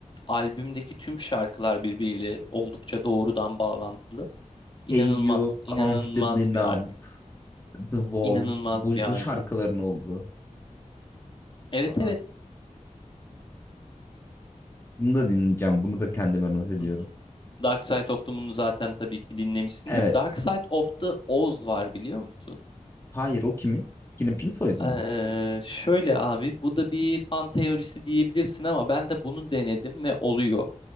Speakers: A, on the left; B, on the left.
A: albümdeki tüm şarkılar birbiriyle oldukça doğrudan bağlantılı. İnanılmaz,
B: Hey You,
A: inanılmaz
B: Comfortably Numb,
A: bir albüm.
B: The Wall,
A: İnanılmaz
B: bu,
A: bir albüm.
B: bu şarkıların olduğu.
A: Evet
B: Aa,
A: evet.
B: Bunu da dinleyeceğim. Bunu da kendime not ediyorum.
A: Hı hı. Dark Side of the Moon'u zaten tabii ki dinlemişsindir.
B: Evet.
A: Dark Side of the Oz var biliyor musun?
B: Hayır o kimin? Yine Pink Floyd'un
A: Ee,
B: mu?
A: şöyle abi bu da bir fan teorisi diyebilirsin ama ben de bunu denedim ve oluyor.